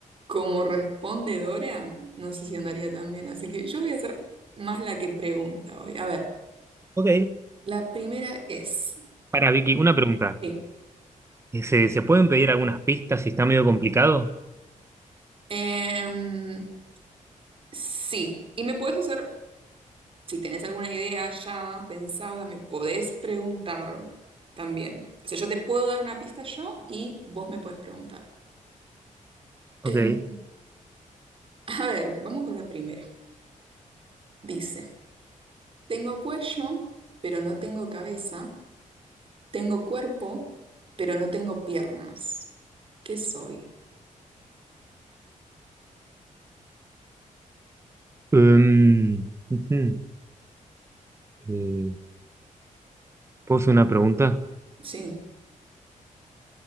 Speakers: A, on the right; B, on the right.
A: como respondedora, no sé si andaría tan bien, así que yo voy a ser más la que pregunta hoy. A ver,
B: Ok.
A: la primera es...
B: Para Vicky, una pregunta.
A: Sí.
B: Eh, ¿Se, se pueden pedir algunas pistas si está medio complicado?
A: Em, sí, y me puedes hacer, si tenés alguna idea ya pensada, me podés preguntar también. O sea, yo te puedo dar una pista yo y vos me podés preguntar.
B: Ok.
A: Eh, a ver, vamos con la primera. Dice, tengo cuello, pero no tengo cabeza. Tengo cuerpo, pero no tengo piernas. ¿Qué soy?
B: Um, ujú. Eh, ¿puedo hacer una pregunta?
A: Sí.